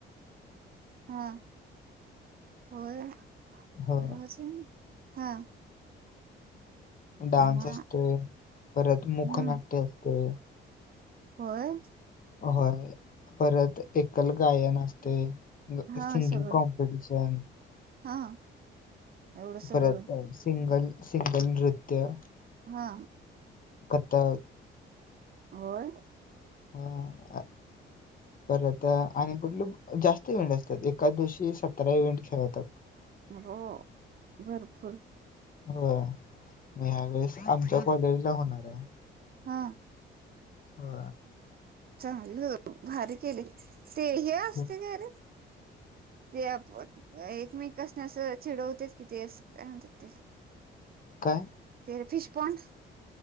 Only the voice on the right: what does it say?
हा होय.
<unintelligible> हा.
म
हम्म
होय.
हा
सगळं
हा एवढं सगळं
हा.
होय.
हो भरपूर.
हा.
चालहो भारी केले ते हे असते
कायरे ते आप व एकमेकासनी असं चिडवत्यात कि ते असं काय म्हणत्यात तेला.
ते फिशपॉंड